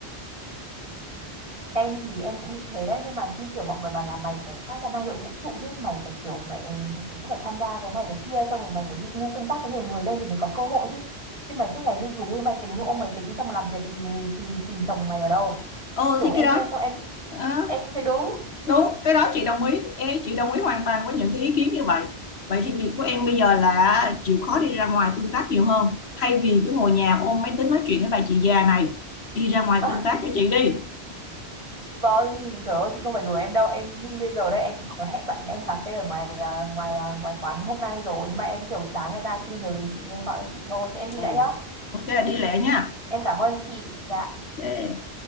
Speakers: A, on the right (about 30°); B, on the left (about 70°).
A: em thì em cũng bị thế đấy nhưng mà như kiểu mọi người bảo là mày phải phát ra năng lượng vũ trụ chứ mày phải kiểu mày cũng phải tham gia cái này cái kia xong rồi mày phải đi tương tác với nhiều người đây thì mày có cơ hội chứ chứ mày suốt ngày ru rú mày tính ôm máy tính xong mà làm việc thì thì tìm chồng mày ở đâu
B: ừ
A: kiểu
B: thì
A: em
B: cái đó
A: nghe xong em
B: ờ,
A: em cũng thấy đúng
B: đúng cái đó chị đồng ý Ê, chị đồng ý hoàn toàn với những cái ý kiến như vậy vậy thì việc của em bây giờ là chịu khó đi ra ngoài tương tác nhiều hơn thay vì cứ ngồi nhà ôm máy tính nói chuyện với bà chị già này đi ra ngoài
A: à,
B: tương tác cho chị đi
A: vâng trời ơi chị không phải đùa em đâu em đi bây giờ đây em cũng có hẹn bạn em cà phê ở ngoài à, ngoài à, ngoài quán hôm nay rồi nhưng mà em kiểu sáng ngày ra tự nhiên nhớ đến chị nên em gọi cho chị thôi thì em đi
B: ồ
A: đã nhá
B: ok đi lẹ nha
A: em cảm ơn chị dạ
B: Ok.